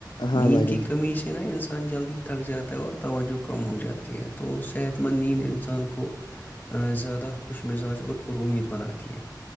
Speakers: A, on the left; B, on the left.
A: ہاں
B: نیند
A: بھائی
B: کی
A: جان
B: کمی سے کہ نا انسان جلدی تھک جاتا ہے اور توجہ کم ہو جاتی ہے تو صحت مند نیند انسان کو زیادہ خوش مزاج اور پر امید بناتی ہے